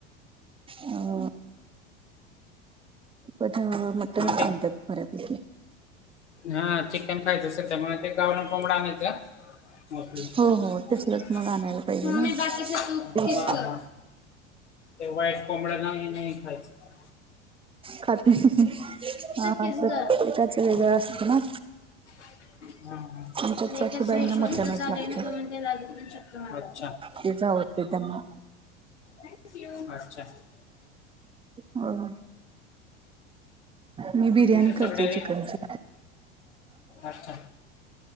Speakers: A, on the right (about 15°); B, on the left (about 80°).
A: ह पठ <unintelligible> मटन
B: मग
A: आन
B: ते
A: म्हणतात परतलेले <inaudible>
B: हा चिकन खायच सध्या <inaudible> मग ते गावरण कोंबडा आणायच <unintelligible>
A: हो हो तसलच मग आणायला पाहिजे
B: मम्मी
A: ना
B: बाकी सगळे तूप
A: फिश
B: खिर कर ते एक कोंबडा <unintelligible> नाही नाही खायचा
A: खात्री <unintelligible> हा प्रत्येकाच
B: खिस ग.
A: वेगळं असत ना
B: <unintelligible>
A: आमच्यात
B: हे
A: सासूबाईंना
B: कस शोध
A: मटणच
B: तो
A: लागतं.
B: म्हण जागू कर शकतो म <unintelligible>
A: तेच आवडते त्यांना
B: सी यु अच्छा
A: हो मी बिर्याणी
B: तुमचे सगळे
A: करते चिकनची
B: अच्छा